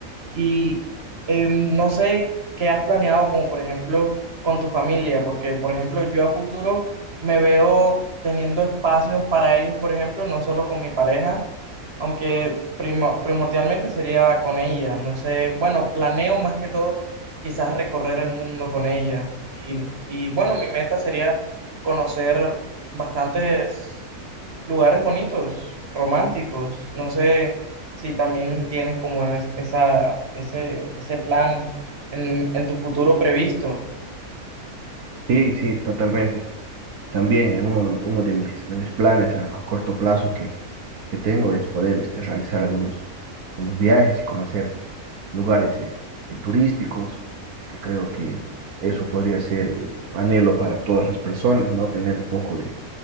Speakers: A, on the right (about 45°); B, on the right (about 80°).
A: Y eh, no sé qué has planeado, como por ejemplo con tu familia, porque por ejemplo yo a futuro me veo teniendo espacios para ellos, por ejemplo, no solo con mi pareja, aunque primo- primordialmente sería con ella. No sé, bueno, planeo más que todo quizás recorrer el mundo con ella. Y, y bueno, mi meta sería conocer bastantes lugares bonitos, románticos. No sé si también tienes como es- esa, ese, ese plan en, en tu futuro previsto.
B: Sí, sí, totalmente. También eh, uno, uno de mis, de mis planes a, a corto plazo que, que tengo es poder este, realizar algunos, algunos viajes y conocer lugares eh, eh, turísticos, que creo que eso podría ser eh, anhelo para todas las personas, ¿no? Tener un poco de,